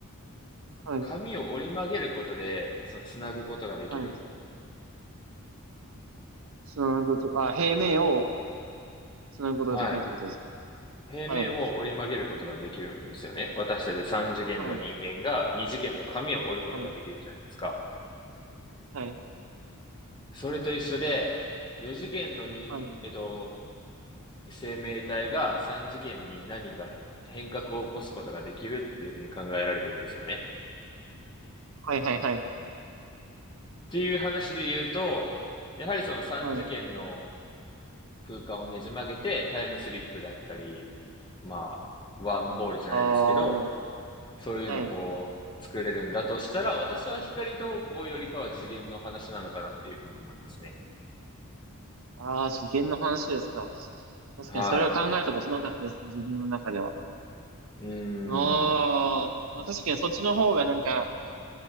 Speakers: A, on the right; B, on the left.
A: はい。
B: 紙を折り曲げることで、その、つなぐことができる。
A: はい。つなぐこと、あ、平面をつなぐことができるってことですか。
B: はい。平面を折り曲げることができるんですよね。
A: はい。
B: 私たち三次元の人間が二次元の紙を折ることができるじゃないですか。
A: はい。はい。はい。
B: それと一緒で、四次元の人、
A: はい。
B: えっと、生命体が三次元に何か変革を起こすことができるっていうふうに考えられてるんですよね。
A: はい。はい。はい。
B: っていう話で言うと、やはりその三次元の
A: はい。
B: 空間をねじ曲げてタイムスリップだったり、まあ、ワームホールじゃないですけど、
A: ああ、は
B: そういうのをこう、
A: い。
B: 作れるんだとしたら、私は光投稿よりかは次元の話なのかなっていうふうに思いますね。
A: ああ、次元の話ですか。確かにそれは考えたことなかったですね、
B: は
A: 自分の中では。
B: い。うー
A: ああ、
B: ん。
A: まあ確かにそっちの方がなんか、